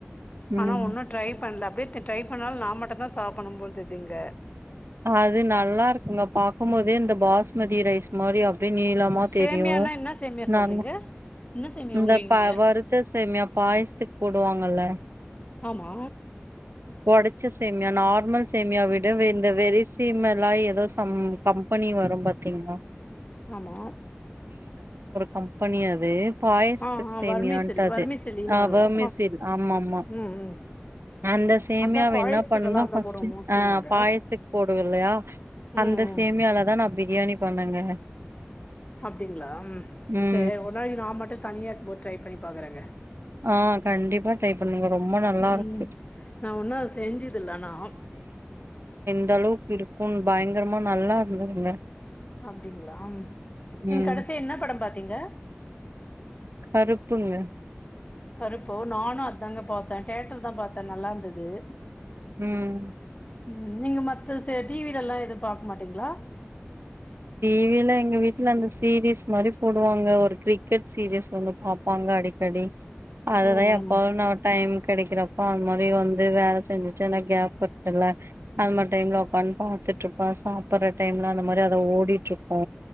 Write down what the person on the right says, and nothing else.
ம்
அது நல்லா இருக்குங்க பாக்கும்போதே இந்த பாஸ்மதி ரைஸ் ஸ்மதியா அப்டி நீளமா
தெரியு
நா
இந்த
வ
வருத்த சேமியா பாயசத்துக் போடுவாங்கல்ல
ஒடச்ச சேமியா நார்மல் சேமியா விட வெந் இந்த வெரிசிமெல்லா எதோ சம் கம்பெனி வரும் பாத்தீங்ளா
கம்பனி அது பாயசத்துக்கு
சேமியான்ட்டு
அது
ஆ
வாமசில் ஆமா ஆமா
அந்த சேமியாவ
என்ன பண்ணுங்க
ஆ
பாயசத்து போடுவோ இல்லயா
அந்த
சேமியால தா நா பிரியாணி பண்ணேங்க
ம்
ஆ கண்டிப்பா ட்ரை பண்ணுங்க ரொம்ப நல்லா
இருக்கு
அந்த அளவுக்கு இருக்கு பயங்கரமா நல்லா இருந்ததுங்க
ம்
கருப்புங்க
ம்
டிவில எங்க வீட்ல அந்த சீரிஸ் மாரி போடுவாங்க ஒரு கிரிக்கெட் சீரிஸ் ஒன்னு பாப்பாங்க அடிக்கடி அதுதா
எப்பவு
நா டைம் கெடக்கிறப் அந்த மாரி வந்து வேல செஞ்சுட்டு அந்த கேப் அந்த மாரி டைம்ல ஒக்காந்து பாத்துட்டு இருப்ப சாப்டுற டைம்ல அந்த மாரி அத ஓ வீட்லருக்கோ